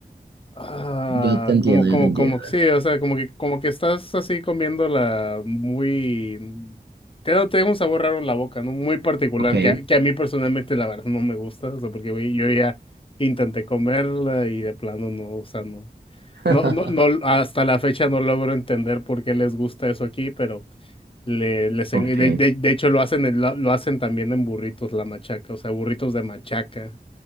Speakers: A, on the left (about 35°); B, on the right (about 85°).
A: Ah,
B: yo te entiendo,
A: como, como,
B: yo te entiendo.
A: como, sí, o sea, como que, como que estás así comiéndola muy, mm, te da, te deja un sabor raro en la boca, ¿no? Muy particular,
B: Ok.
A: que a, que a mí personalmente la verdad no me gusta, o sea, porque güey, yo ya intenté comerla y de plano no, o sea, no.
B: <laughs>
A: No, no, no, hasta la fecha no logro entender por qué les gusta eso aquí, pero le, les,
B: Ok,
A: en- de, de- de hecho lo hacen, en la- lo hacen también en burritos, la machaca, o sea, burritos de machaca.